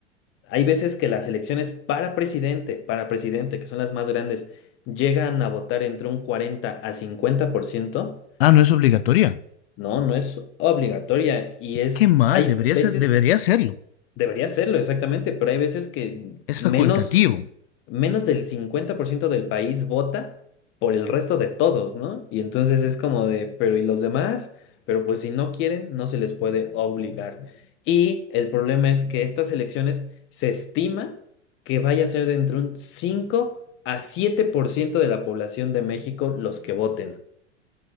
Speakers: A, on the left; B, on the left.
A: hay veces que las elecciones para presidente, para presidente, que son las más grandes, llegan a votar entre un 40 a 50%.
B: Ah, no es obligatoria.
A: No, no es obligatoria y es,
B: Qué mal,
A: hay
B: debería
A: veces,
B: ser, debería serlo.
A: debería serlo exactamente, pero hay veces que
B: Es
A: menos,
B: facultativo.
A: menos del 50% del país vota por el resto de todos, ¿no? Y entonces es como de, pero ¿y los demás? Pero pues si no quieren, no se les puede obligar. Y el problema es que estas elecciones se estima que vaya a ser de entre un 5 a 7% de la población de México los que voten.